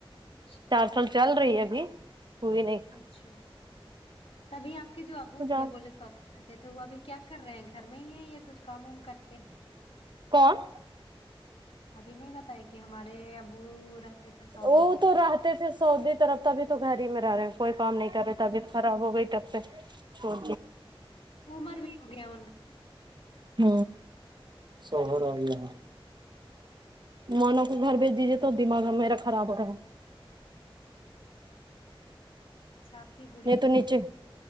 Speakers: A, on the left; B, on the right.
A: اچھا
B: چار تو چل رہی ہے ابھی ہوئی نہیں
A: اچھا تبھی آپ کے جو ابو
B: جا
A: تھے بولے سوری کہتے تھے وہ ابھی کیا کر رہے ہیں گھر میں ہی ہیں یا کچھ کام ووم کرتے ہیں
B: کون
A: ابھی نہیں بتایا کہ ہمارے ابو رہتے تھے سعودی
B: وہ
A: طرف
B: تو رہتے تھھر سعودی طرف تبھی تو گھر ہی میں رہے ہیں کوئی کام نہیں کر رہے طبیعت خراب ہو گئی تب سے
A: اچھا
B: چھوڑ
A: عمر بھی ہو گیا ان کا
B: ہ شوہر آگیا مونا کو گھر بھیج دیجیے تو دماغ میرا خراب ہو رہا ہے
A: چھپ کے گ
B: یہ تو نیچے